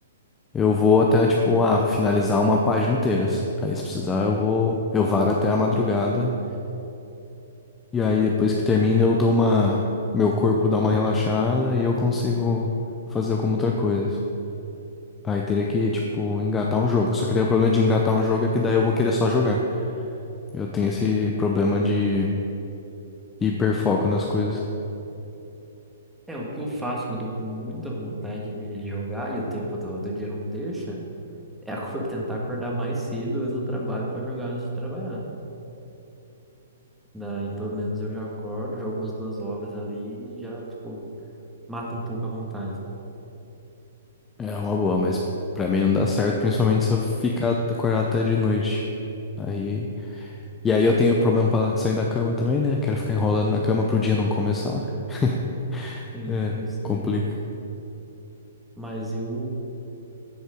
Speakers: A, on the left (about 15°); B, in the centre.
A: eu vou até, tipo, ah, finalizar uma página inteira. Se- Aí, se precisar, eu vou, eu varo até a madrugada. E aí, depois que termina, eu dou uma, meu corpo dá uma relaxada e eu consigo fazer alguma outra coisa. Aí teria que, tipo, engatar um jogo. Só que daí o problema de engatar um jogo é que daí eu vou querer só jogar. Eu tenho esse problema de hiperfoco nas coisas.
B: É, o que eu faço quando eu tô com muita vontade de de jogar e o tempo do, do dia não deixa. É acor- <laughs> tentar acordar mais cedo antes do trabalho para jogar antes de trabalhar. Daí, pelo menos, eu já acordo, jogo umas duas horas ali e já, tipo, mata um pouco a vontade.
A: É uma boa, mas pra mim não dá certo, principalmente se eu ficar acordado até de noite. Aí, e aí eu tenho problema pra sair da cama também, né? Quero ficar enrolando na cama pro dia não começar. <laughs>
B: Sim,
A: É,
B: tem isso também.
A: complica.
B: Mas eu,